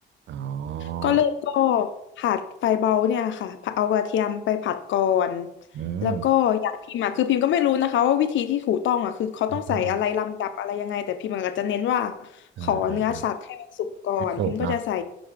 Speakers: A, on the right; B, on the left.
A: อ๋อ
B: ก็เริ่มก็ผัดไฟเบาเนี่ยค่ะผัดเอากระเทียมไปผัดก่อน
A: อืม
B: แล้วก็อย่างพิมพ์อะคือพิมพ์ก็ไม่รู้นะคะว่าวิธีที่ถูกต้องอะคือเขาต้องใส่อะไรลำดับอะไรยังไงแต่พิมพ์ก็จะเน้นว่า
A: อืมอ่าอ่าอม
B: ขอเนื้อสัตว์ให้มันสุกก่อนพิมพ์ก็จะใส่
A: ให้สุกเนาะ